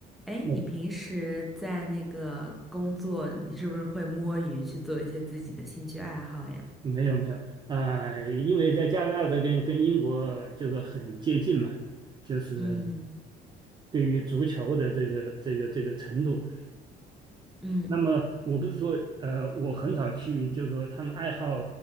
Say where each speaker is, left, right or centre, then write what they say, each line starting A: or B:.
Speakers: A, in the centre; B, on the right (about 25°).
A: 哎，
B: 嗯，
A: 你平时在那个工作，你是不是会摸鱼去做一些自己的兴趣爱好呀？
B: 没有没有，啊、因为在加拿大这边跟英国就是很接近嘛，就是
A: 嗯
B: 对于足球的这个这个这个程度。
A: 嗯
B: 那么我不是说，呃，我很少去，就是说他们爱好